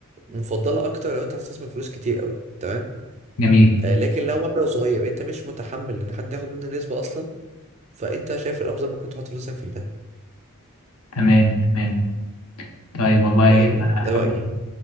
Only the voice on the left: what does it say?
جميل
تمام تمام طيب والله
أحب